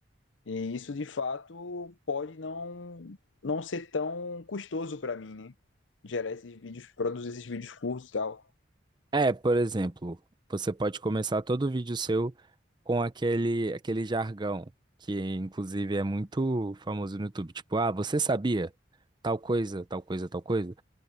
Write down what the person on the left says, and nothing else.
E isso de fato pode não não ser tão custoso para mim, né? Gerar esses vídeos, produzir esses vídeos curtos e tal.